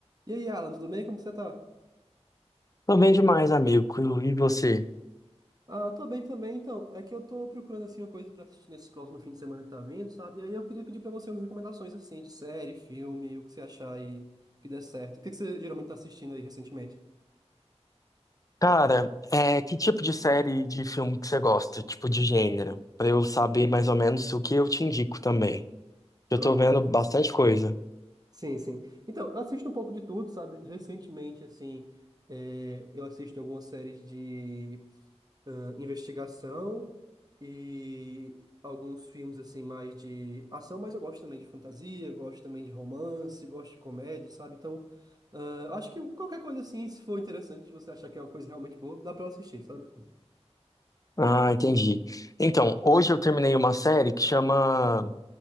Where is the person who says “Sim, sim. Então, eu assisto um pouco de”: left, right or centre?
Right